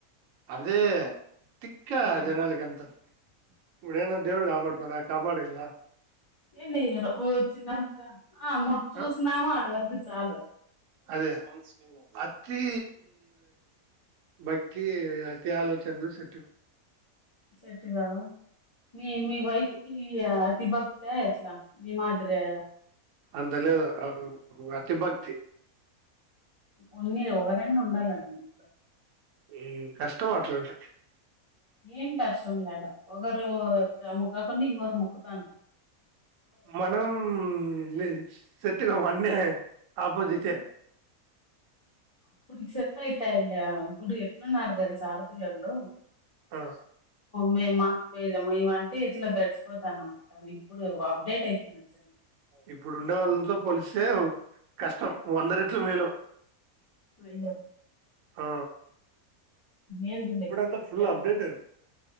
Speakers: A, on the right (about 70°); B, on the left (about 20°).
A: అదే తిక్క
B: ఉమ్.
A: జనాలకి అంత ఇపుడేమన దేవుడు కాపాడతాడా ఆ కాపాడు ద
B: ఏన్నిరుఊ వచ్చిన్నంక ఆ ముట్ చూసినాము
A: ఆ?
B: ఆటి వరకు చాలు
A: అదే అతి భక్తి అతి ఆలోచనలు సెట్టు
B: సెట్గావ్ మీ మీ వైఫ్‌కి ఈ అతి భక్తి ఆ ఎట్లా నీమాద్రి
A: అంతలేదు అతి భక్తి
B: ఉన్ని ఒకరన్న ఉండాలండి ఇంట్లో
A: ఏ కష్టం అట్లుంటే
B: ఏం కష్టం లేడా ఒకరు చ ముక్కకున్న ఇంకొరు ముక్కుతారు
A: మనం లే సెట్గావ్ అన్ని ఆబోజిటే
B: అప్పుడికి సెట్ అయితాయండె ఇప్పుడు ఎట్లున్నారు తెలుస ఆడపిల్లొల్లు
A: ఆ
B: మేము మాకుపోయలే మేముమంటే ఇట్లా గడిచిపోతాన్నామ కానీ ఇప్పుడు అప్డేట్ అయిపోందిచ్చన్న
A: ఇప్పుడుండే వాళ్ళతో పోలిస్తే ఒక్ కష్టం వంద రెట్లు మేలు
B: మైంద
A: ఆ
B: ఏందిలే
A: ఇప్పుడంతా ఫుల్
B: జనం
A: అప్డేటెడ్